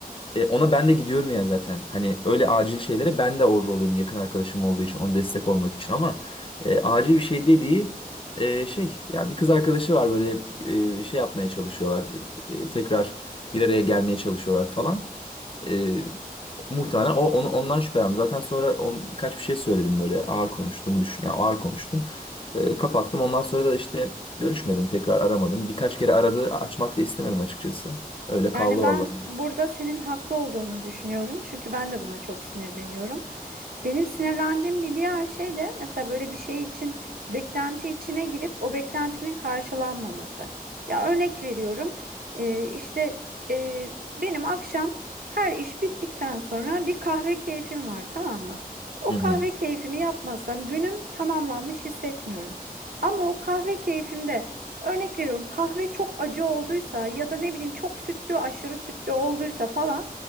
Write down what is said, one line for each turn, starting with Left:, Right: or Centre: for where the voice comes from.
Left: E, ona ben de gidiyorum yani zaten. Hani öyle acil şeylere ben de orada oluyorum yakın arkadaşım olduğu için, ona destek olmak için ama e, acil bir şey dediği e, şey ya bir kız arkadaşı var böyle e, şey yapmaya çalışıyorlar. e, tekrar bir araya gelmeye çalışıyorlar falan. E, muhtemelen o onu ondan şüphelendim. Zaten sonra on, birkaç bir şey söyledim böyle ağır konuştuğumu düşün. Yani ağır konuştum. E, kapattım. Ondan sonra da işte görüşmedim, tekrar aramadım. Birkaç kere aradı, açmak da istemedim açıkçası. Öyle kaldı
Right: Yani ben
Left: vallahi.
Right: burada senin haklı olduğunu düşünüyorum. Çünkü ben de buna çok sinirleniyorum. Benim sinirlendiğim bir diğer şey de mesela böyle bir şey için beklenti içine girip o beklentinin karşılanmaması. Ya örnek veriyorum e, işte e, benim akşam her iş bittikten sonra bir kahve keyfim var tamam mı? O
Left: Hı hı.
Right: kahve keyfimi yapmazsam günüm tamamlanmış hissetmiyorum. Ama o kahve keyfimde Örnek veriyorum kahve çok acı olduysa ya da ne bileyim çok sütlü aşırı sütlü olduysa falan